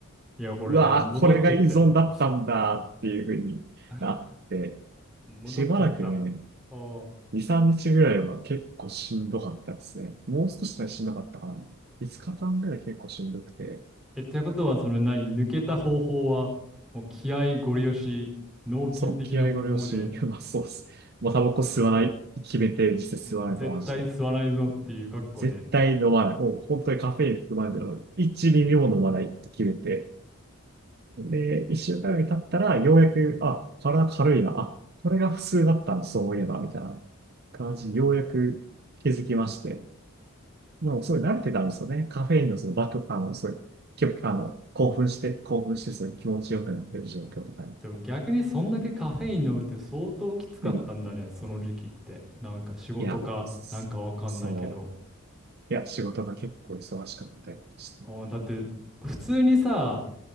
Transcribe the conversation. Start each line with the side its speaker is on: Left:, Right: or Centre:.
Centre: いや、これ、
Right: うわぁ、
Centre: 戻っちゃったよ。
Right: これが依存だったんだっていうふうになって、
Centre: <laughs> 戻っちゃった。
Right: しばらくね、2、
Centre: おん。
Right: 3日ぐらいは結構しんどかったですね。もう少しでしんどかったかな。5日間ぐらい結構しんどくて。
Centre: え、ってことは、その何、抜けた方法は、もう気合ゴリ押し、脳筋的な方法で、
Right: そう、気合ご了承。<laughs> まあそうですね。もうタバコ吸わない、決めて実際吸わないとマジで。
Centre: もう絶対吸わないぞっていう覚悟で。
Right: 絶対飲まない。もう本当にカフェイン含まれてるのに、1ミリも飲まないって決めて。で、1週間ぐらい経ったら、ようやく、あ、体軽いな。あ、これが普通だったの、そういえば、みたいな感じ、ようやく気づきまして。もうそれ慣れてたんですよね。カフェインのそのバック、あの、そういう、きょあの、興奮して、興奮して、その気持ちよくなってる状況とかに。
Centre: でも逆にそんだけカフェイン飲むって相当きつかったんだね、
Right: うん。
Centre: その時期って。なんか仕事か、
Right: いや、そそ
Centre: なんかわかんないけど。
Right: う。いや、仕事が結構忙しかったりして。
Centre: うんだって普通にさ、